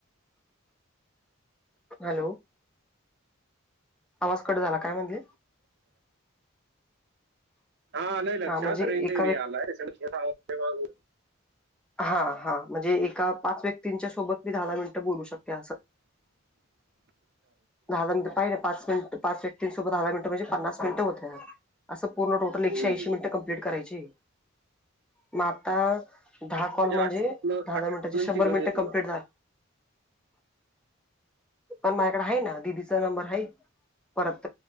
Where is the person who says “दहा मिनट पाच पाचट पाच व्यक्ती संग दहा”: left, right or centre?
Centre